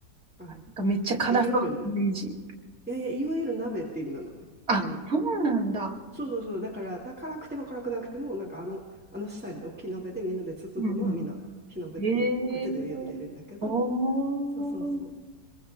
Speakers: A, in the centre; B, on the right.
A: あの、
B: なんかめっちゃ辛そうなイメージ。
A: いわゆるな、いやいや、いわゆる鍋って意味なのね。
B: あ、
A: あの、
B: そうなんだ。
A: そうそうそう。だから、だから辛くても辛くなくても、なんかあの、あのスタイルで大きい鍋でみんなでつつくのはみんな火鍋ってこっちで呼んでいるんだけど、
B: うんうん。ええおー。
A: そうそうそ